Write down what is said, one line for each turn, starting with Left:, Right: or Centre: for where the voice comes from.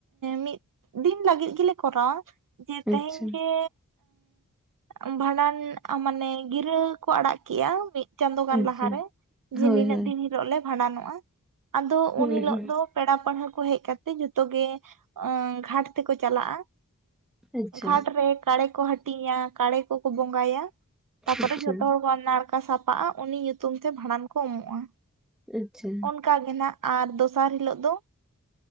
Right: ᱢᱤᱫ ᱫᱤᱱ ᱞᱟᱹᱜᱤᱫ ᱜᱮᱞᱮ ᱠᱚᱨᱟᱣᱟ, ᱡᱮ ᱛᱮᱦᱮᱧ
Centre: ᱟᱪᱪᱷᱟ
Right: ᱜᱮ, ᱩᱸ ᱵᱷᱟᱸᱰᱟᱱ ᱢᱟᱱᱮ ᱜᱤᱨᱟᱹ ᱠᱚ ᱟᱲᱟᱜ ᱠᱮᱜᱼᱟ, ᱢᱤᱫ ᱪᱟᱸᱫᱳ ᱜᱟᱱ
Centre: ᱟᱪᱪᱷᱟ
Right: ᱞᱟᱦᱟᱨᱮ, ᱡᱮ
Centre: ᱦᱳᱭ
Right: ᱱᱤᱱᱟᱹᱜ
Centre: ᱦᱳᱭ
Right: ᱫᱤᱱ ᱦᱤᱞᱳᱜ ᱞᱮ, ᱵᱷᱟᱸᱰᱟᱱᱚᱜᱼᱟ᱾ ᱟᱫᱚ
Centre: ᱦᱳᱭ
Right: ᱩᱱ ᱦᱤᱞᱳᱜ
Centre: ᱦᱳᱭ
Right: ᱫᱚ, ᱯᱮᱲᱟ ᱯᱟᱹᱲᱦᱟᱹ ᱠᱚ ᱦᱮᱡ ᱠᱟᱛᱮ, ᱡᱚᱛᱚ ᱜᱮ ᱜᱷᱟᱴ ᱛᱮᱠᱚ ᱪᱟᱞᱟᱜᱼᱟ᱾
Centre: ᱟᱪᱪᱷᱟ
Right: ᱜᱷᱟᱴ ᱨᱮ ᱠᱟᱲᱮ ᱠᱚ ᱦᱟᱹᱴᱤᱧᱼᱟ, ᱠᱟᱲᱮ ᱠᱚᱠᱚ ᱵᱚᱸᱜᱟᱭᱟ ᱛᱟᱯᱚᱨᱮ
Centre: ᱟᱪᱪᱷᱟ
Right: ᱡᱷᱚᱛᱚ ᱦᱚᱲ ᱠᱚ ᱱᱟᱲᱠᱟ ᱥᱟᱯᱟᱜᱼᱟ, ᱩᱱᱤ ᱧᱩᱛᱩᱢ ᱛᱮ ᱵᱷᱟᱸᱰᱟᱱ ᱠᱚ ᱩᱢᱚᱜᱼᱟ᱾
Centre: ᱟᱪᱪᱷᱟ,
Right: ᱚᱱᱠᱟ ᱜᱮ ᱱᱟᱜ, ᱟᱨ ᱫᱚᱥᱟᱨ ᱦᱤᱞᱳᱜ ᱫᱚ